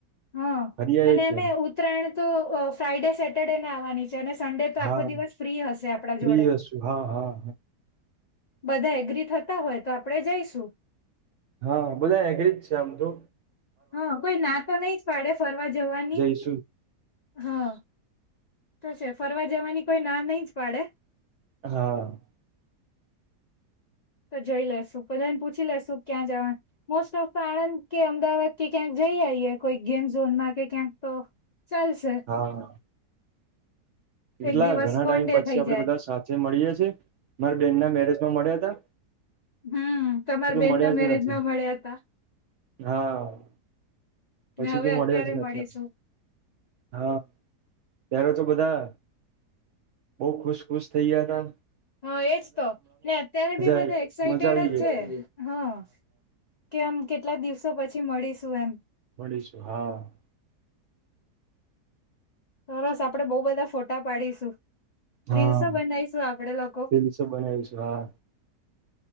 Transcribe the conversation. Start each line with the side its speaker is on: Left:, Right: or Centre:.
Left: હા
Right: ફરી આવીએ
Left: અને
Right: ક્યાંય
Left: અમે ઉત્તરાયણ તો ફ્રાઈડે સેટર્ડેના આવવાની છે. સડેતો
Right: હા
Left: આખો દિવસ ફ્રી હશે. આપણા
Right: ફ્રી
Left: જોડે
Right: હશું હા હા
Left: બધા એગ્રી થતા હોય. તો આપણે જઈશું
Right: હા બધાય ઈ જ છે આમ જો
Left: હા કોઈ ના તો નઈ જ પાડે ફરવા જવાની.
Right: જઈશું
Left: હા તો છે. ફરવા જવાની કોઈ ના નઈ જ પાડે.
Right: હા.
Left: ઈ તો જોઈ લેશું. બધાને પૂછી લેશું ક્યાં જવા, મોસ્ટ ઓફ આણંદ કે અમદાવાદ કે ક્યાંક જા ઈ આઈએ કોઈ ગેમ ઝોન માં કે કયાંક તો ચાલશે.
Right: હા કેટલા
Left: એક દિવસ
Right: ઘણા
Left: ફન
Right: ટાઈમ
Left: ડે
Right: પછી
Left: થઈ
Right: આપડે
Left: જાય
Right: બધા સાથે મળીએ છીએ. મારા બેન ના મેરેજમાં મળ્યા તા.
Left: હમ્મ, તમારા બેન
Right: મળ્યા
Left: ના મેરેજમાં
Right: જ નથી
Left: મળ્યા તા.
Right: હા. પછી
Left: ને હવે
Right: તો મળ્યા
Left: અત્યારે
Right: જ નથી
Left: મળીશું
Right: આપ, હા. ત્યારે તો બધા બહું ખુશ-ખુશ થઇ ગયા તા.
Left: હા એજ તો. ને અત્યારે બી બધા
Right: આઈ
Left: એક્સાઈટેડ
Right: મજા આવી ગઈ
Left: જ છે.
Right: હતી
Left: હા. કે આમ કેટલા દિવસો પછી મળીશું એમ.
Right: મળીશું હા.
Left: સરસ. આપડે બહું બધા ફોટા પાડીશું.
Right: હા
Left: રીલંસો બનાઈશું આપડે લોકો.
Right: રીલ્સો બનાવીશું હા